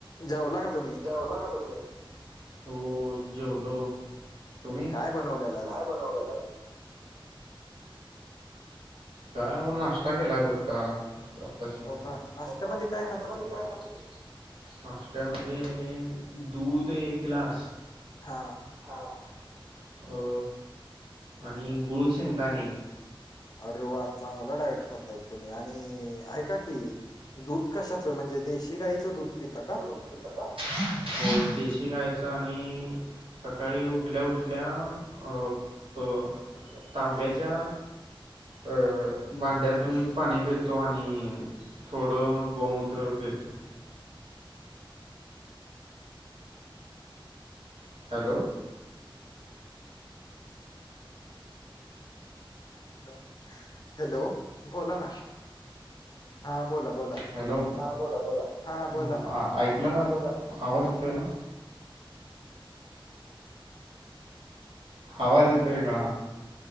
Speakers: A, on the left (about 45°); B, on the right (about 75°).
A: जेवला का तुम्ही?
B: जेवला का तुम्ही? हो जेवलो. तुम्ही?
A: काय बनवलेलं आज?
B: काय बनवलेला आज? काय नाही बाबा नाश्ता केलाय फक्त. आताश हो
A: का? नाश्त्यामध्ये
B: का
A: काय
B: नाश्त्यामध्ये
A: खाता तुम्ही?
B: काय खातो तु? नाष्ट्या मधे दूध एक ग्लास
A: हां.
B: हां अ आणि गुळ, शेंगदाणे
A: अरे वा! चांगला डायट खाताय तुम्ही आणि ऐका की दूध कशाच म्हणजे देशी गाईचं दूध पिता का?
B: देशी गायीच आणि सकाळी उठल्या उठल्याअ प तांब्याच्या अ भांड्यातून पाणी पेतो आणि थोडं गोमूत्र पेतो. हॅलो
A: हॅलो हॅलो बोला ना? हा बोला बोला.
B: हॅलो हा बोला बोला
A: हा बोला.
B: आ ऐकला हा आवाज येतोय ना? आवाज येतोय का?